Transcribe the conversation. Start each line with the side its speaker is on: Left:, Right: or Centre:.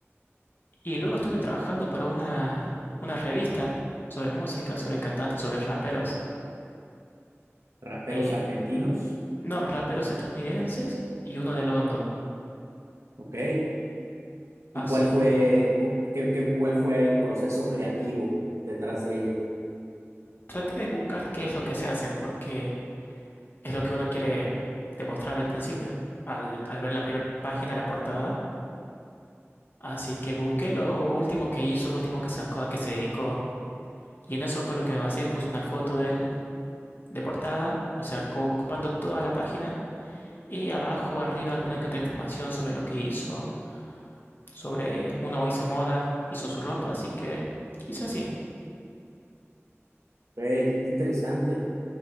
Left: Y luego estuve trabajando para una, una revista sobre música, sobre cantantes, sobre raperos.
Right: Raperos
Left: Eh,
Right: argentinos,
Left: no, raperos estadounidenses y uno de London.
Right: ok.
Left: Así
Right: ¿Y cuál fue,
Left: que
Right: cu- qué- qué- cuál fue el proceso creativo detrás de ello?
Left: traté de buscar qué es lo que se hacen, porque Es lo que uno quiere demostrar al principio, al, al ver la primera página, la portada. Así que busqué lo último que hizo, lo último que sacó, a qué se dedicó. Y en eso fue lo que me basé. Puse una foto de él de portada, o sea, co- ocupando toda la página. Y abajo, arriba, alguna que otra información sobre lo que hizo. Sobre uno hizo moda, hizo su ropa, así que hice así.
Right: Hey, qué interesante.